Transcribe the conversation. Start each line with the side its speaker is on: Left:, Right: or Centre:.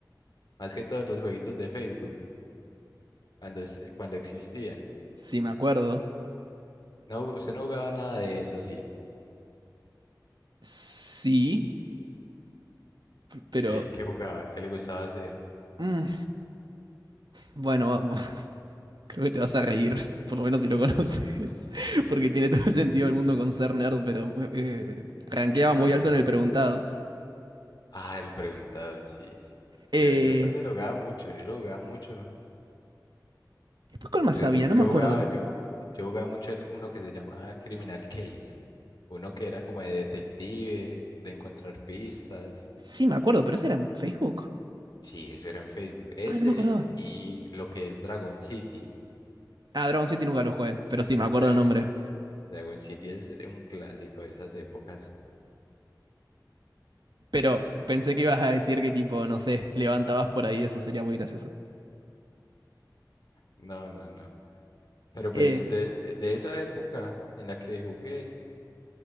Left: más que todo en los jueguitos de Facebook, cuando, es- cuando existían.
Right: sí, me acuerdo,
Left: No, usted no jugaba nada de eso así.
Right: sí, pero,
Left: ¿Qué, qué jugaba? ¿Qué le gustaba hacer?
Right: mm, bueno. <laughs> Creo que te vas a reír, <laughs> si- por lo menos si lo conoces, <laughs> porque tiene todo el sentido del mundo con ser nerd, pero eh, eh, rankeaba
Left: A
Right: muy
Left: ver.
Right: alto en el Preguntados.
Left: Ah, el preguntado, sí.
Right: Eh,
Left: Yo, yo también lo jugaba mucho, yo lo jugaba mucho.
Right: después, ¿cuál más
Left: Pero
Right: había?
Left: yo,
Right: No me
Left: yo
Right: acuerdo.
Left: jugaba, yo, yo jugaba mucho el- uno que se llamaba Criminal Case. Uno que era como de detective, de encontrar pistas.
Right: Sí, me acuerdo, pero ese era en Facebook.
Left: Sí, eso era en Facebook. Ese
Right: Ah, no me acordaba.
Left: y lo que es Dragon City.
Right: Ah, Dragon City nunca lo jugué, pero sí, me acuerdo
Left: Dra-
Right: el nombre.
Left: Dragon City es un clásico de esas épocas.
Right: Pero pensé que ibas a decir que tipo, no sé, levantabas por ahí, eso sería muy gracioso.
Left: No, no, no. Pero
Right: Eh,
Left: pues de, de- de esa época en la que jugué,